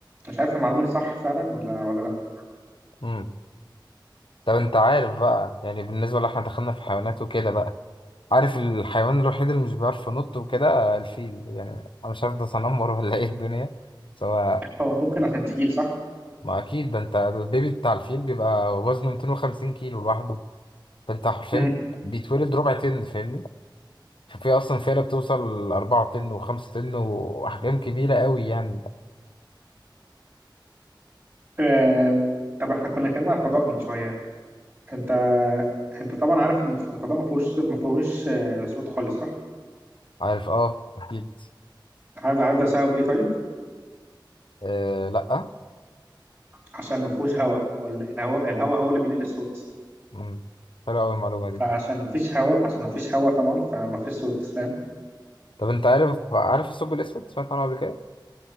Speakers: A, on the right; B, on the left.
A: مش عارف المعلومه دي صح فعلا ولا ولا لا
B: مم. طب انت عارف بقى يعني بالنسبة لو احنا دخلنا في حيوانات وكده بقى عارف الحيوان الوحيد اللي مش بيعرف ينط وكده الفيل يعني انا مش عارف ده تنمر ولا ايه الدنيا سواء
A: هو ممكن عشان تقيل صح
B: ما اكيد ده انت البيبي بتاع الفيل بيبقى وزنه 250 كيلو لوحده فانت حرفيا
A: امم
B: بيتولد ربع طن فاهمني ففي اصلا فيلة بتوصل 4 طن و5 طن واحجام كبيره قوي يعني
A: آه طب احنا كنا كنا عن الفضاء من شويه انت انت طبعا عارف ان الفضاء ما فيهوش ما فيهوش آه، صوت خالص صح
B: عارف اه اكيد
A: عارف عارف ده سبب ايه طيب
B: آه لا
A: عشان ما فيهوش هواء ولا الهواء الهواء هو اللي بينقل الصوت
B: مم. حلوه قوي المعلومه دي
A: فعشان ما فيش هواء عشان ما فيش هواء طبعا فما فيش صوت فاهم
B: طب انت عارف عارف الثقب الاسود سمعت عنه قبل كده